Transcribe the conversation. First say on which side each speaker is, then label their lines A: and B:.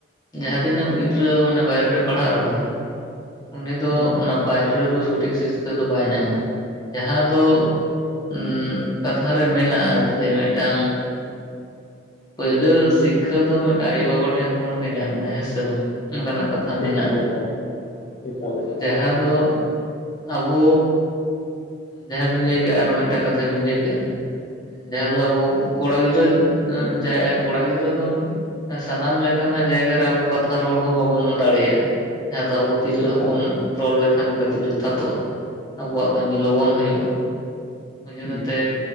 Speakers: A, on the left; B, on the left.
A: ᱡᱟᱦᱟᱸ ᱛᱤᱱᱟᱹᱜ ᱜᱤᱫᱽᱨᱟᱹ ᱢᱟᱱᱮ ᱵᱟᱭᱨᱮ ᱨᱮ ᱯᱟᱲᱦᱟᱜ ᱨᱮᱦᱚᱭ ᱩᱱᱤ ᱫᱚ
B: ᱦᱮᱸ
A: ᱚᱱᱟ ᱵᱟᱭᱨᱮ ᱨᱮᱫᱚ ᱥᱚᱴᱷᱤᱠ ᱥᱤᱥᱠᱟᱹ ᱫᱚ ᱵᱟᱭ ᱧᱟᱢᱟ, ᱡᱟᱦᱟᱸ ᱫᱚ, ᱩᱸ ᱠᱟᱛᱷᱟ ᱨᱮ ᱢᱮᱱᱟᱜᱼᱟ ᱡᱮ ᱢᱤᱫᱴᱟᱝ ᱯᱳᱭᱞᱳ ᱥᱤᱠᱠᱷᱟ ᱫᱚ ᱢᱤᱫᱴᱟᱝ ᱟᱭᱳᱼ ᱵᱟᱵᱟ ᱴᱷᱮᱱ ᱠᱷᱚᱱ ᱜᱮ ᱧᱟᱢᱟᱭ ᱦᱮᱸ ᱥᱮ ᱵᱟᱝ? ᱚᱱᱠᱟᱱᱟᱜ ᱠᱟᱛᱷᱟ ᱢᱮᱱᱟᱜᱼᱟ,
B: ᱮᱠᱟᱞ ᱮᱠᱟᱞ ᱮᱠᱟᱞ ᱮᱠᱟᱞ
A: ᱡᱟᱦᱟᱸ ᱫᱚ ᱟᱵᱚ ᱡᱟᱦᱟᱸ ᱵᱤᱱ ᱞᱟᱹᱭ ᱠᱮᱜᱼᱟ ᱟᱨᱚ ᱢᱤᱫᱴᱟᱝ ᱠᱟᱛᱷᱟ ᱵᱤᱱ ᱞᱟᱹᱭ ᱠᱮᱜᱼᱟ, ᱡᱟᱦᱟᱸ ᱫᱚ ᱟᱵᱚ ᱠᱚᱲᱟ ᱜᱤᱫᱽᱨᱟᱹ ᱡᱟᱦᱟᱸ ᱠᱚᱲᱟ ᱜᱤᱫᱽᱨᱟᱹ ᱫᱚ, ᱥᱟᱱᱟᱢ ᱞᱮᱠᱟᱱᱟᱜ ᱡᱟᱭᱜᱟ ᱨᱮ ᱟᱵᱚ ᱠᱟᱛᱷᱟ ᱨᱚᱲ ᱦᱚᱸ ᱵᱟᱵᱚᱱ ᱫᱟᱲᱮᱭᱟᱜᱼᱟ, ᱡᱟᱦᱟᱸ ᱫᱚ ᱟᱵᱚ ᱛᱤᱨᱞᱟᱹ
B: ᱮᱠᱟᱞ
A: ᱦᱚᱯᱚᱱ ᱨᱚᱲ ᱞᱮᱠᱷᱟᱱ ᱚᱸᱰᱮ ᱫᱚ ᱡᱚᱛᱷᱟᱛᱚᱜᱼᱟ ᱾ ᱟᱵᱚᱣᱟᱜ ᱠᱟᱹᱢᱤ ᱞᱚᱜᱚᱱ ᱦᱩᱭᱩᱜᱼᱟ ᱾ ᱛᱟᱨ ᱡᱚᱱᱛᱮ
B: ᱦᱩᱸ